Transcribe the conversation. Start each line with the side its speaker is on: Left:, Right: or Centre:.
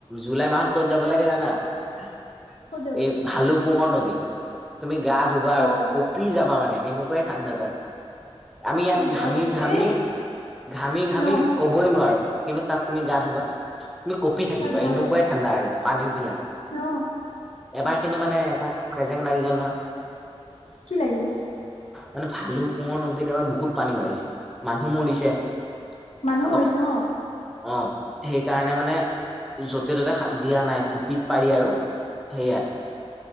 Centre: জুলাই মাহত ক'ত যাব লাগে জানা এই
Left: ক'ত যাব লাগে
Centre: ভালু পুঙৰ নদী তুমি গা ধুবা
Left: অ
Centre: আৰু কঁপি যাবা মানে এনেকুৱাই ঠাণ্ডা তাত আমি ইয়াত
Left: মজা
Centre: ঘামি
Left: লাগে
Centre: ঘামি
Left: এ
Centre: ঘামি ঘামি
Left: ন
Centre: কবই নোৱাৰো কিম তাত তুমি গা ধবা তুমি কঁপি থাকিবা
Left: তাত ভাল
Centre: এনেকুৱাই
Left: লাগে
Centre: ঠাণ্ডা আৰু পানী বিলাক
Left: অ
Centre: এবাৰ কিন্তু মানে এটা খেজেং লাগি গ'ল নহয়
Left: কি লাগিলে
Centre: মানে ভালু পুঙৰ নদীত এবাৰ বহুত পানী বাঢ়িছে মানুহ মৰিছে
Left: মানুহ
Centre: আকৌ
Left: মৰিছে অ
Centre: অ' সেইকাৰণে মানে য'তে ত'তে দিয়া নাই টিপিত পাৰি আৰু সেয়া